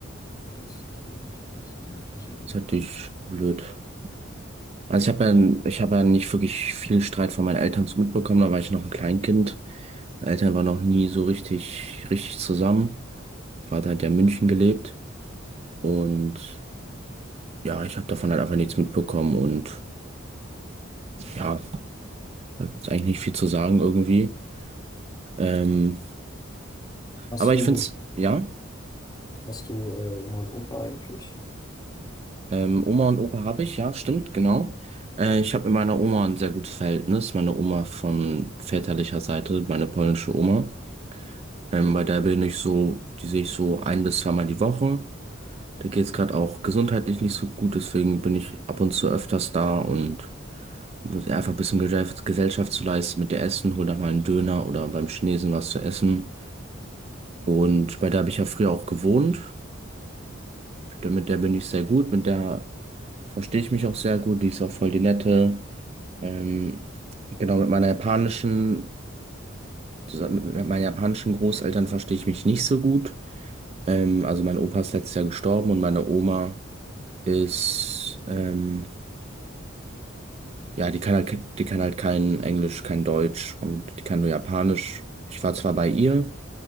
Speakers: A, on the left; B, on the right.
A: Und das ist dann echt ein bisschen nervig, aber.
B: Ist natürlich blöd. Also ich habe ja, ich habe ja nicht wirklich viel Streit von meinen Eltern so mitbekommen, da war ich noch ein Kleinkind. Meine Eltern waren noch nie so richtig, richtig zusammen. Vater hat ja in München gelebt und ja, ich habe davon halt einfach nichts mitbekommen und ja, da gibt's eigentlich nicht viel zu sagen irgendwie. Ähm,
A: Hast
B: aber ich
A: du,
B: find's, ja,
A: hast du äh, Oma und Opa eigentlich?
B: ähm, Oma und Opa habe ich, ja, stimmt, genau. Äh, ich habe mit meiner Oma ein sehr gutes Verhältnis, meine Oma von väterlicher Seite, meine polnische Oma. Ähm, bei der bin ich so, die sehe ich so ein bis zweimal die Woche. Da geht's gerade auch gesundheitlich nicht so gut, deswegen bin ich ab und zu öfters da und muss einfach ein bisschen Gesell- Gesellschaft zu leisten mit der Essen, hol da mal einen Döner oder beim Chinesen was zu essen. Und bei der habe ich ja früher auch gewohnt. Da- Mit der bin ich sehr gut, mit der verstehe ich mich auch sehr gut, die ist auch voll die nette. Ähm, genau, mit meiner japanischen, zusammen mit meinen japanischen Großeltern verstehe ich mich nicht so gut. Ähm, also mein Opa ist letztes Jahr gestorben und meine Oma ist, ähm, ja, die kann halt, die kann halt kein Englisch, kein Deutsch und die kann nur Japanisch. Ich war zwar bei ihr,